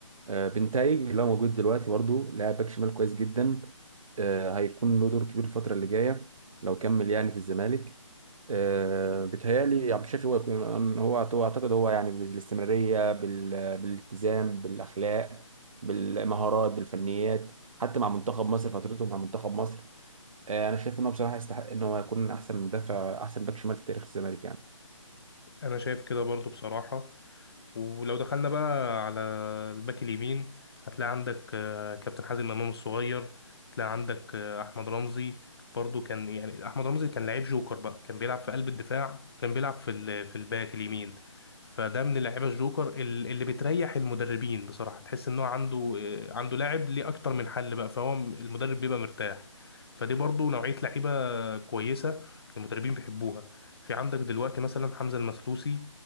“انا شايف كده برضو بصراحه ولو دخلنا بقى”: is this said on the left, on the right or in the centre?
Left